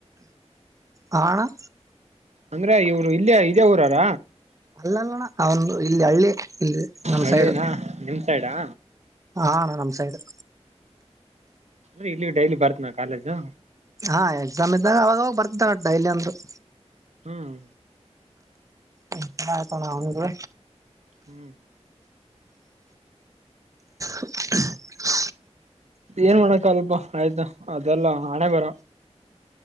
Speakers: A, on the right; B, on the right.
A: ಹ
B: ಅಂದ್ರೆ ಇವ್ರು ಇಲ್ಲಿ ಇದೇ ಊರಾರ
A: ಅಲ್ಲಲ್ಲಣ ಅವನ್ ಇಲ್ಲಿ ಹಳ್ಳಿ ಇಲ್ಲಿ ನಮ್ಮ್
B: ಹಳ್ಳಿನ
A: ಸೈಡ್
B: ನಿಮ್ ಸೈಡಾ
A: ಹಣ ನಮಸಾಯದು
B: ಅಂದ್ರೆ ಇಲ್ಲಿ ಡೈಲಿ ಬರ್ತ್ನ ಕಾಲೇಜು
A: ಹಾ ಎಕ್ಸಾಮ್ ಇದ್ದಾಗ ಅವಾಗಾಗ ಬರ್ತಿದ್ದಾನ ಡೈಲಿ ಅಂದ್ರರು
B: ಹ್ಮ್
A: ಆಯ್ತಣ ಅವಗೆ
B: ಹ್ಮ್
A: <inaudible>
B: ಏನ್ ಮಾಡಕ ಅಲ್ಪ ಆಯ್ತಾ ಅದೆಲ್ಲಾ ಹಣೆ ಬರ